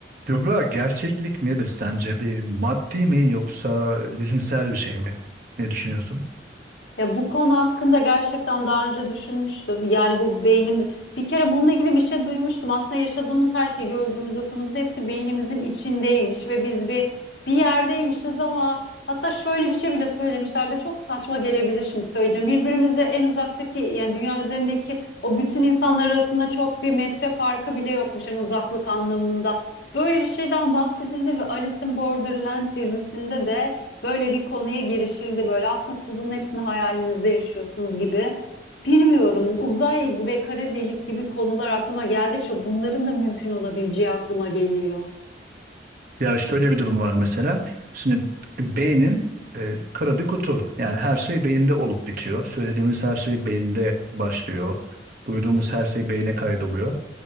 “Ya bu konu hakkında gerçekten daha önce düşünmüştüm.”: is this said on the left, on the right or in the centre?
Left